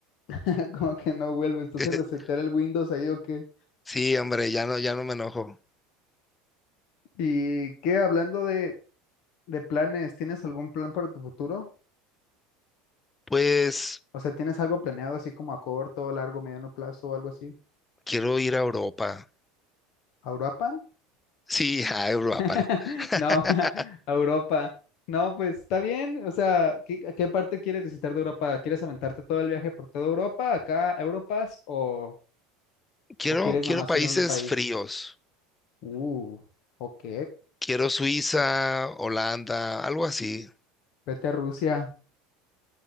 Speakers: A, on the left (about 60°); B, on the left (about 15°).
A: <laughs> Como que no vuelves, entonces
B: <laughs>
A: resetear el Windows ahí o qué.
B: Sí, hombre, ya no, ya no me enojo.
A: ¿Y qué? Hablando de, de planes, ¿tienes algún plan para tu futuro?
B: Pues
A: O sea, ¿tienes algo planeado así como a corto, largo, mediano plazo o algo así?
B: quiero ir a Europa.
A: ¿Auropan?
B: Sí, a Europa.
A: <laughs>
B: <laughs>
A: No, <laughs> a Europa. No, pues está bien. O sea, ¿qué, a qué parte quieres visitar de Europa? ¿Quieres aventarte todo el viaje por toda Europa, acá, a Europas, o,
B: Quiero,
A: o quieres
B: quiero
A: nomás
B: países
A: ir a un país?
B: fríos.
A: Uh, ok.
B: Quiero Suiza, Holanda, algo así.
A: Vete a Rusia.